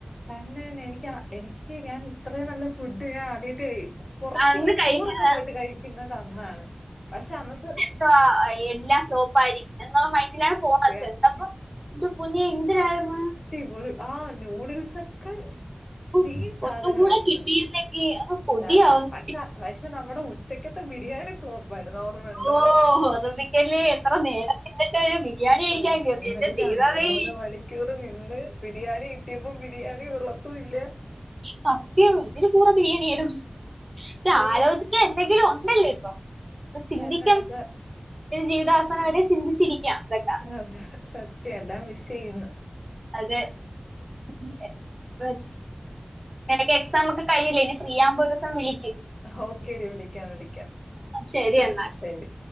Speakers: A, on the left; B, on the right.
A: തന്നെ നിന്ന് എനിക്ക് എനിക്ക് ഞാൻ ഇത്രയും നല്ല ഫുഡ് ഞാൻ ആദ്യമായിട്ട് കഴുക. പുറത്ത്
B: അന്ന്
A: ഇങ്ങനെ
B: കഴിക്കാൻ
A: ടൂറൊക്കെ പോയിട്ട് കഴിക്കുന്നത് അന്നാണ് പക്ഷെ അന്നത്തെ
B: സ് എല്ലാ സോപ്പ് ആയിരിക്കും, എന്നുള്ള മൈൻഡിലാ പോണത്
A: സത്യ
B: ചെന്നപ്പോൾ. എന്റെ പൊന്നെ എന്തരായിരുന്ന്
A: അടിപൊളി ആഹ് നൂഡിൽസ് ഒക്കെ.
B: ഉഫ്,
A: സെയിം സാധനമായിരുന്നു
B: ഒന്നും കൂടെ കിട്ടിയിരുന്നെങ്കി അങ്ങ് കൊതിയാവുന്നു
A: ഡാൽന പക്ഷേ പ്രൈസ്. പക്ഷെ നമ്മുടെ ഉച്ചക്കത്തെ ബിരിയാണി ഫ്ലോപ്പാരുന്നു ഓർമ്മ എന്താ
B: ഓ ഓർമ്മിക്കല്ലേ എത്ര നേരം എന്നിട്ട് ഒരു ബിരിയാണി കഴിക്കാൻ
A: പറയുന്നങ്ങോട്ട്.
B: കയറി എന്റെ ദൈവമേ
A: <unintelligible> കേറി നിന്ന് ബിരിയാണി കിട്ടിയപ്പോ ബിരിയാണി കൊള്ളത്തില്ല.
B: സത്യം ഇതിന് ഭേദം ബിരിയാണിയിരുന്നു, പക്ഷെ
A: അയ്യോ
B: ആലോചിക്കാൻ എന്തെങ്കിലും ഉണ്ടല്ലോ ഇപ്പൊ. ഇപ്പൊ ചിന്തിക്കാന്,
A: തന്നെ അത്
B: ജീവിതവസാനം വരെ ചിന്തിച്ചിരിക്കാം ഇതൊക്കെ.
A: ആഹ് സത്യയാട്ടോ മിസ്സ്‌ ചെയ്യുന്നു.
B: അതെ <unintelligible> എനിക്ക് എക്സാം ഒക്കെ കഴിഞ്ഞില്ലേ, ഇനി ഫ്രീ ആകുമ്പോ ഒരു ദിവസം വിളിക്ക്.
A: ഓക്കേ ടി വിളിക്കാം വിളിക്കാം
B: ശരി എന്നാൽ
A: ഓക്കേ ശരി.